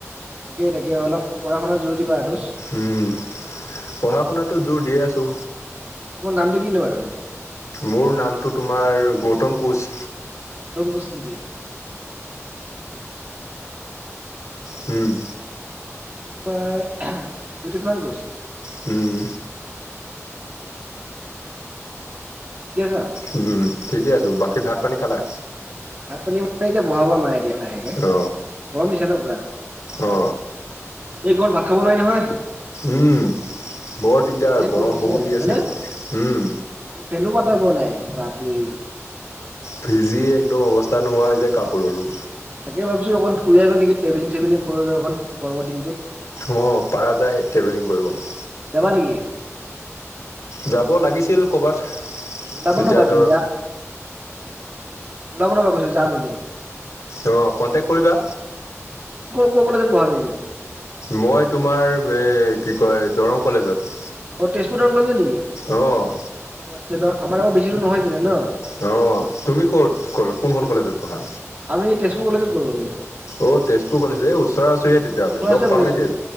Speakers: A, on the right; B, on the left.
A: তাকেই তাকে অলপ পঢ়া শুনাৰ জৰুৰী পা সটো
B: উম পঢ়া শুনাটো জোৰ দিয়ে আছো।
A: অ অ। তোমাৰ নামটো কিনো <unintelligible>
B: মোৰ নামটো তোমাৰ গৌতম কোঁচ।
A: গৌতম কোচ নেকি-
B: হম
A: মোৰ জ্যোতিষমান কোচ-
B: হম
A: কিছা
B: উম ঠিকে আছো বাকী ভাত পানী খালা
A: ভাত পানী মানে বনাব মায়ে। তিয় লাহেকে
B: অ
A: গৰম দিছো ন পুৰা
B: অ
A: এইকমান ভাত খাব নোৱাৰি নহয়-
B: উম বৰ দিগদাৰ
A: জ গৰম দিছে
B: বহুত
A: হয়নে
B: দি আছে উম
A: ফেনো পাতা পোৱা নাই। বাপৰে।
B: ভিজি একদম অৱস্থা নোহোৱা হৈ যায় কাপোৰৰো।
A: উম, তাকে ভাবিছো অকণ ফুৰি আহোঁ গৈ নেকি, <unintelligible> কৰৈ অকণ গৰ দিনটোত।
B: অঁ, পাৰা যায় ট্ৰেভেলিং কৰিব।
A: যাবা নেকি?
B: যাব লাগিছিল ক'ৰবাত।
A: অ ওলাব
B: এতিয়া
A: নবা এদিন
B: ধৰ,
A: ল ব ন কৈছো জাম দ <unintelligible>
B: অঁ, কণ্টেক্ট কৰিবা।
A: কোন কলেজত পঢ়া তুমি?
B: মই তোমাৰ এই কি কয় দৰং কলেজত।
A: তেজপুৰৰ টাউন কলেজৰ নিকি?
B: অঁ।
A: অ, আচ্ছা আমাৰ ইয়াৰ পৰা বেছি দুৰ নহয়ছিলে ন?
B: অ', তুমি ক'ত ক কোনখন কলেজত পঢ়া?
A: আমি তেজপুৰ কলেজত কৰো আমি।
B: অ, তেজপুৰ কলেজ এই ওচৰে-ওচৰিয়ে তেতিয়াহ'লে
A: ওচৰা
B: লগ
A: ওচৰি
B: পামেই
A: কলেজ
B: তে